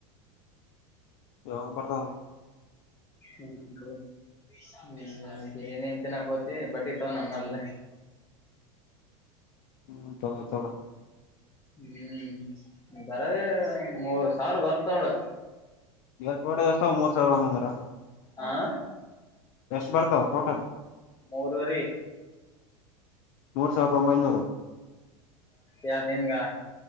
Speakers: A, on the left; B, on the left.
A: ಯೋಗ ಪರದ
B: ಹ ಹ್ಮ ಬಿರಿಯಾನಿ ತಿನ್ನಾಕ್ ಹೋಗತಿವಿ ಬಟ್ ಇತವ ನಮ್ಮ ಮೊದ್ಲೆ
A: ಹ್ಮ್ ತವ ತವಾ
B: ಹ್ಮ್ ಬರದ ಮೂರ್ ಸಾವಿರ ಬರ್ತೊಂಡ
A: ಎರಡು ೋಟೆಗೆ ಅಷ್ಟ ಮೂರ್ ಸಾವಿರದ ಒಂಬೈನೂರ
B: ಆಾ
A: ಎಷ್ಟು ಬರ್ತಾವ ಟೋಟಲ್
B: ಮೂರವರಿ
A: ಮೂರ್ ಸಾವಿರದ ಒಂಬೈನೂರು
B: ಯಾರು ನಿಂಗಾ